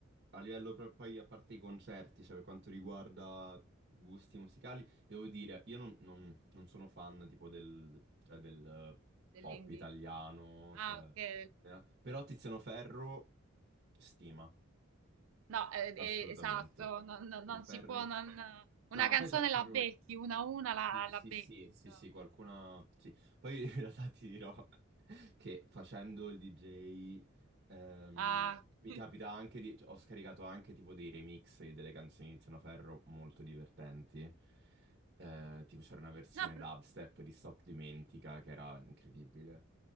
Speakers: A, on the right; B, on the right.
A: a livello pro- poi, a parte i concerti, cioè per quanto riguarda gusti musicali, devo dire, io non, non- non sono fan tipo del, cioè, del eh,
B: dell'indie.
A: pop italiano,
B: Ah,
A: cioè,
B: ok.
A: eh, però Tiziano Ferro, stima
B: No, eh,
A: assolutamente.
B: eh, esatto, non, non-
A: Sono
B: non
A: ferro.
B: si può, non- una
A: No,
B: canzone
A: poi c'è c'è
B: la
A: proprio...
B: becchi, una a una la,
A: Sì, sì,
B: la becchi,
A: sì,
B: insomma.
A: sì, sì, qualcuna... Sì. Poi <laughs> in realtà ti dirò <laughs> che facendo il DJ ehm,
B: Ah.
A: mi
B: <laughs>
A: capita anche di... cioè, ho scaricato anche tipo dei remix di delle canzoni di Tiziano Ferro molto divertenti. Eh, tipo c'era una versione
B: No,
A: dubstep di Stop Dimentica che era incredibile.